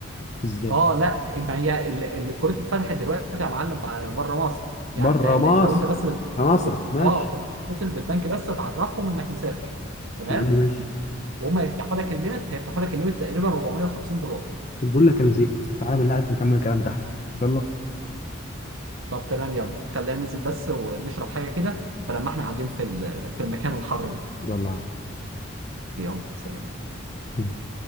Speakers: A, on the left; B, on the right.
A: ازاي
B: اه لا ما هي ال- ال- كرة اتفتحت دلوقتي يا معلم بره مصر يعني
A: بره
B: انت ل-
A: مصر
B: لو انت بس بت...
A: هنصرف
B: بت-
A: ماشي
B: اه بتتصل بالبنك بس تعرفهم انك مسافر تمام
A: يا عم ماشي
B: وهم هيفتحوا لك الليمت هيفتحوا لك الليمت تقريبا 450 دولار
A: طب بقول لك انا زهقت تعالى بالله عليك نكمل الكلام تحت يلا
B: طب تمام يلا خلينا ننزل بس ونشرب حاجة كده بدل ما احنا قاعدين في ال... في المكان الحر ده
A: يلا يا
B: يلا سلام
A: عم